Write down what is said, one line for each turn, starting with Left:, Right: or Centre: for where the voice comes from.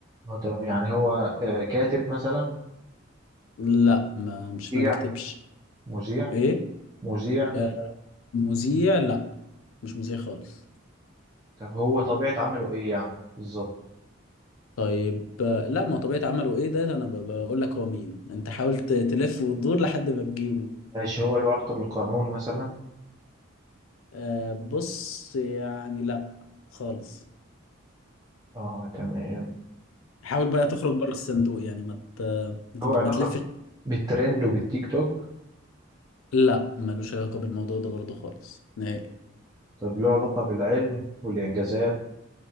Right: آه، تمام. يعني هو آه، كاتب مثلا
Left: لا ما مش
Right: مذيع
Left: ما بيكتبش
Right: مذيع
Left: ايه
Right: مذيع
Left: آه، مذيع لا مش مذيع خالص
Right: طب هو طبيعة عمله ايه يعني بالظبط
Left: طيب آه، لا ما هو طبيعة عمله ايه ده انا ب- بقول لك هو مين انت حاول ت- تلف وتدور لحد ما تجيبه
Right: ماشي هو له علاقة بالقانون مثلا
Left: آه، بص يعني لا خالص
Right: اه تمام
Left: حاول بقى تخرج بره الصندوق يعني ما ت... ما
Right: هو
Left: تمش-
Right: علاقة
Left: ما تلفش
Right: بالترند وبالتيك توك
Left: لا ملوش علاقة بالموضوع ده برضه خالص نهائي
Right: طب له علاقة بالعلم والإنجازات